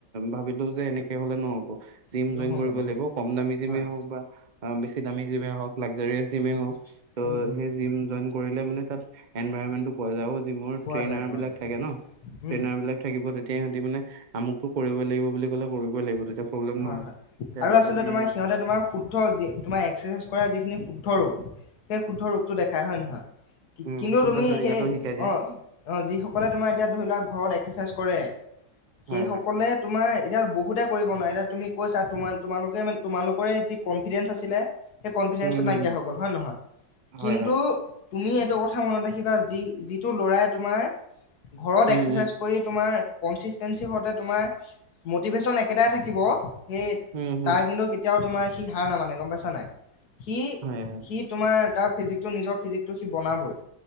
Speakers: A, on the right; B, on the left.
A: ভাবিলোঁ যে এনেকৈ হ'লে নহ'ব। জিম
B: নহ'ব
A: জইন কৰিব
B: নহ'ব,
A: লাগিব কম দামী জিমে
B: হয়,
A: হক বা বেছি দামী জিমে হক লাগজাৰীয়েচ জিমে
B: উম,
A: হওক ত'
B: উম, উম,
A: হেই জিম জইন কৰিলে মানে তাত এনভাইৰনমেণ্ট টো পোৱা যায় আৰু জিমৰ
B: পোৱা
A: ট্ৰেইনাৰ
B: যায়, পোৱা
A: বিলাক
B: যায়,
A: থাকে ন' ট্ৰেইনাৰ
B: উম,
A: বিলাক থাকিব তেতিয়া ইহঁতি মানে আমুকটো কৰিব লাগিব বুলি ক'লে
B: হয়-হয়
A: কৰিবই লাগিব তেতিয়া প্ৰব্লেম নহয় এতিয়া
B: আৰু
A: আপুনি
B: আচলতে তোমাৰ সিহতে তোমাৰ শুদ্ধ যি তোমাৰ এক্সাৰচাইজ কৰা যিখিন হে শুদ্ধ ৰোগ সেই শুদ্ধ ৰোগটো দেখাই হয় নে নহয়?
A: উম
B: কিন্তু
A: শুদ্ধ
B: তুমি
A: তৰিকাটো
B: সেই
A: শিকাই দিয়ে
B: অ', অ', যিসকলে তোমাৰ এতিয়া ধৰি লোৱা ঘৰত এক্সেৰচাইজ কৰে
A: হয়
B: সেই
A: হয়
B: সকলোৱে তোমাৰ এতিয়া বু বহুতে কৰিব নোৱাৰে এতিয়া তুমি কৈছা তোমালোকে -তোমালোকৰে যি কনফিডেন্ঞ্চ আছিলে সেই কনফিডেঞ্চটো
A: উম হম
B: নাইকিয়া হৈ গল হয় নহয়
A: হয়
B: কিন্তু
A: হয়
B: তুমি
A: উম
B: এইটো কথা মনত ৰাখিবা যি যিটো ল'ৰাই তোমাৰ ঘৰত
A: উম
B: এক্সাৰচাইজ কৰি তোমাৰ কনচিষ্টেঞ্চি হতে তোমাৰ মটিভেচন একেটাই থাকিব হে
A: উম হম
B: তাৰ কিন্তু কেতিয়াও তোমাৰ সি হাৰ নামানে গম পাইছা নাই? সি-সি
A: হয় হয়
B: তোমাৰ তাৰ ফিজিকটো নিজৰ ফিজিকটো সি বনাবই।